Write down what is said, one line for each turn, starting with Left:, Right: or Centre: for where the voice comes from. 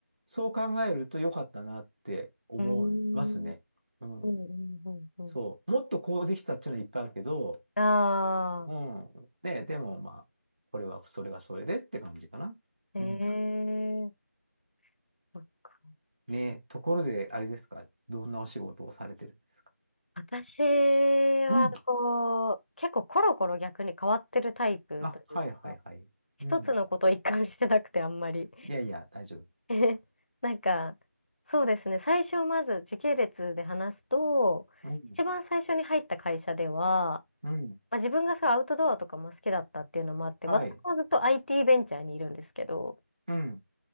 Right: そう考えると良かったなって思いますね。
Left: うん。うん、
Right: うん。
Left: うん、うん。うん
Right: そう。もっとこうできたっていうのはいっぱいあるけど、
Left: あ
Right: うん。ね、でもまあ、これは、それはそれでって感じかな。
Left: あ、
Right: うん。
Left: ええそっか。
Right: ね、ところで、あれですか、どんなお仕事をされてるんですか
Left: 私は、
Right: うん。
Left: こう、結構コロコロ逆に変わってるタイプというか、
Right: あ、はいはいはい。
Left: 一つのことを一貫してなくて、
Right: うん。
Left: あんまり。
Right: いやいや、大丈夫。
Left: <laughs> なんか、そうですね、最初まず時系列で話すと、
Right: うん。
Left: 一番最初に入った会社では、
Right: うん。
Left: まあ、自分がそうアウトドアとかも好きだったっていうのもあって、
Right: はい。
Left: 私もずっと IT ベンチャーにいるんですけど、
Right: うん。